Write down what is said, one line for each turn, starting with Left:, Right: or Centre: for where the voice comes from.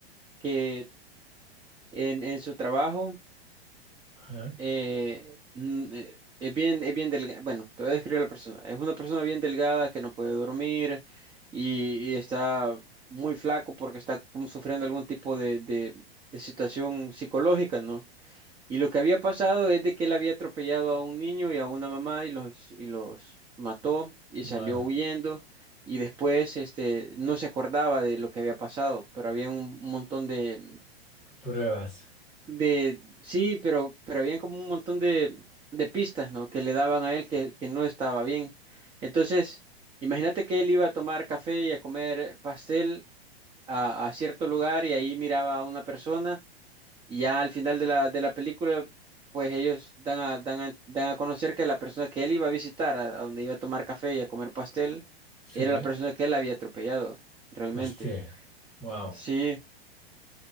Right: que en, en su trabajo
Centre: Ajá.
Right: Eh, mm, eh, es bien, es bien delgada. Bueno, te voy a describir a la persona. Es una persona bien delgada que no puede dormir y, y está muy flaco porque está como sufriendo algún tipo de, de, de situación psicológica, ¿no? Y lo que había pasado es de que él había atropellado a un niño y a una mamá y los, y los mató y
Centre: Bueno,
Right: salió huyendo. Y después este, no se acordaba de lo que había pasado, pero había un montón de,
Centre: pruebas.
Right: de, sí, pero, pero habían como un montón de, de pistas, ¿no? Que le daban a él que, que no estaba bien. Entonces, imagínate que él iba a tomar café y a comer pastel a, a cierto lugar y ahí miraba a una persona y ya al final de la, de la película, pues ellos dan a, dan a, dan a conocer que la persona que él iba a visitar, a, a donde iba a tomar café y a comer pastel,
Centre: Sí.
Right: era la persona que él había atropellado, realmente.
Centre: Hostia. Wow.
Right: Sí.